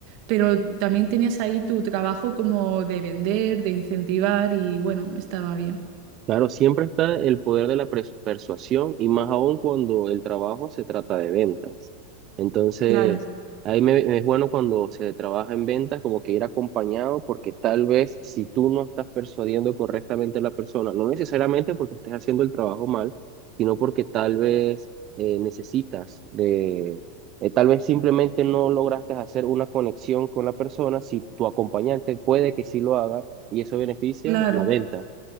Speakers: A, on the right; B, on the right.
A: pero también tenías ahí tu trabajo como de vender, de incentivar y bueno, estaba bien.
B: Claro, siempre está el poder de la pres- persuasión y más aún cuando el trabajo se trata de ventas. Entonces,
A: Claro,
B: ahí me, me es bueno cuando se trabaja en ventas como que ir acompañado porque tal vez si tú no estás persuadiendo correctamente a la persona, no necesariamente porque estés haciendo el trabajo mal, sino porque tal vez eh, necesitas de, eh, tal vez simplemente no lograste hacer una conexión con la persona, si tu acompañante puede que sí lo haga y eso beneficia
A: claro.
B: la venta.